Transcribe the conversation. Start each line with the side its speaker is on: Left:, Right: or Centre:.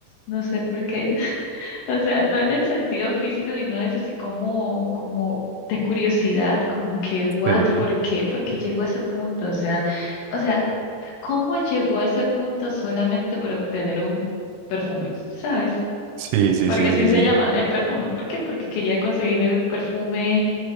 Left: no sé por qué. <laughs> O sea, no en el sentido físico, sino eso, así como, como de curiosidad, como que, what,
Right: Sí.
Left: ¿por qué? ¿Por qué llegó a ese punto? O sea, o sea, ¿cómo llegó a ese punto solamente por obtener un perfume? ¿Sabes?
Right: Sí, sí,
Left: Porque
Right: sí,
Left: así
Right: sí,
Left: se
Right: sí.
Left: llama, el perfume. ¿Por qué? Porque quería conseguir el perfume